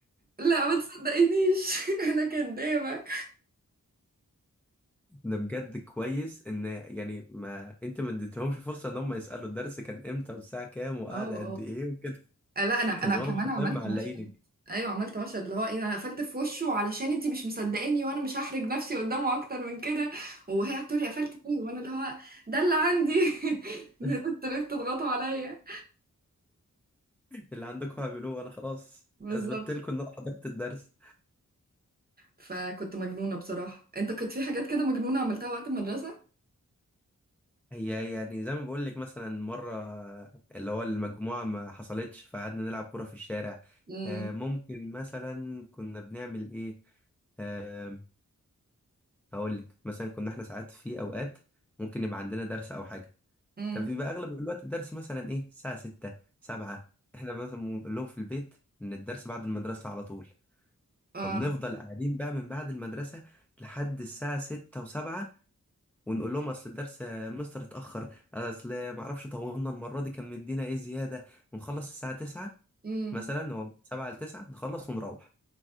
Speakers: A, on the right; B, in the centre.
A: لا ما تصدقينيش <laughs> انا كدابه اه
B: ده بجد كويس ان يعني ما انت ما اديتهمش فرصه ان هم يسالوا الدرس كان امتى والساعه كام وقعد
A: اه
B: قد ايه وكده
A: اه لا انا انا
B: كان زمانهم
A: كمان
B: حرفيا
A: عملت
B: معلقينك
A: مشهد ايوه عملت مشهد اللي هو ايه انا قفلت في وشه علشان انتي مش مصدقاني وانا مش هحرج نفسي قدامه اكتر من كده وهي هتقولي قفلت ليه وانا اللي هو ده اللي عندي <laughs>
B: <laughs>
A: انتوا ليه بتضغطوا عليا
B: اللي عندكم اعملوه انا خلاص
A: بالظبط
B: اثبتت لكم ان انا حضرت الدرس
A: فكنت مجنونه بصراحه انت كنت في حاجات كده مجنونه عملتها وقت المدرسه
B: هي يعني زي ما بقول لك مثلا مره اللي هو المجموعه ما حصلتش فقعدنا نلعب كوره في الشارع
A: امم
B: آه، ممكن مثلا كنا بنعمل ايه آه، هقول لك مثلا كنا احنا ساعات في اوقات ممكن يبقى عندنا درس او حاجه
A: امم
B: كان بيبقى اغلب الوقت الدرس مثلا ايه الساعه 6 7 احنا مثلا بنقول لهم في البيت ان الدرس بعد المدرسه على طول فبنفضل
A: اه
B: قاعدين بقى من بعد المدرسه لحد الساعه 6 و7 ونقول لهم اصل الدرس يا مستر اتاخر اصل ما اعرفش طولنا المره دي كان مدينا ايه زياده ونخلص الساعه 9
A: امم
B: مثلا هو من 7 ل 9 نخلص ونروح